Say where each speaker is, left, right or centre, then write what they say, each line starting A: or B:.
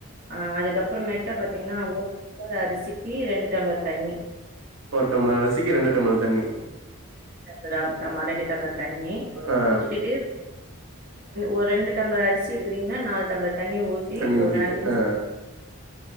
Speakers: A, on the right (about 40°); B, on the right (about 70°).
A: அ அதுக்கப்ற மெட்டா பாத்தீங்கன்னா ஒரு டம்ப அரிசிக்கி ரெண்டு டம்ளர் தண்ணி
B: ஒரு டம்ளர் அரிசிக்கி ரெண்டு டம்ளர் தண்ணி
A: அப்றம் ஆமா ரெண்டு டம்ளர் தண்ணி
B: ஆ
A: ஊத்திட்டு ஒரு ரெண்டு டம்ளர் அரிசி எடுக்குறீங்கனா நாலு டம்பளர் தண்ணி ஊத்தி
B: தண்ணி
A: ஓர்
B: ஊத்திட்டு
A: ஐஞ்ச் நிமிஷ
B: ஆ